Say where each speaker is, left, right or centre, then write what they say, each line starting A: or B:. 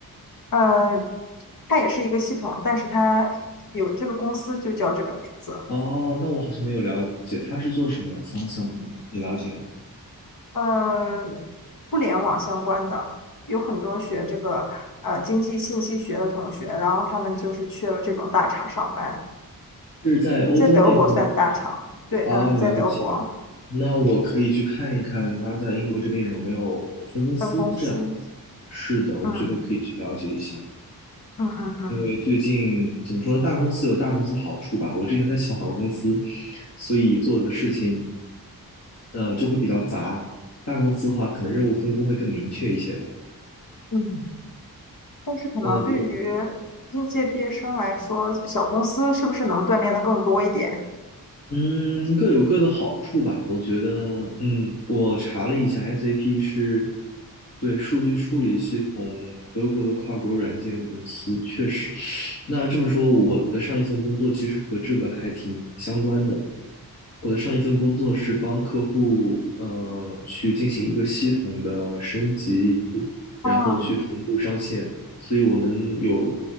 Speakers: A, on the left; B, on the left.
A: 呃，它也是一个系统，但是它有这个公司就叫这个名字。
B: 哦，那我好像没有了解，它是做什么方向的？你了解吗？
A: 呃，互联网相关的，有很多学这个呃经济信息学的同学，然后他们就是去了这种大厂上班，
B: 是在欧洲那边的场哦，
A: 在德国算大厂，对，嗯，
B: 了解。
A: 在德国
B: 那我可以去看一看他在英国这边有没有分公司这样。
A: 分公司，
B: 是的，我觉得可以去了解一下，
A: 嗯嗯嗯嗯
B: 因为最近怎么说呢，大公司有大公司的好处吧。我之前在小公司，所以做的事情呃就会比较杂。大公司的话，可能任务分工会更明确一些吧。
A: 嗯，但是可能对于
B: 嗯，我
A: 应届毕业生来说，小公司是不是能锻炼的更多一点？
B: 嗯，各有各的好处吧。我觉得，嗯，我查了一下，SAP 是对数据处理系统德国的跨国软件公司，确实。那这么说，我的上一份工作其实和这个还挺相关的。我的上一份工作是帮客户，呃，去进行一个系统的升级。然后去同步上线。
A: 哦，
B: 所以我们有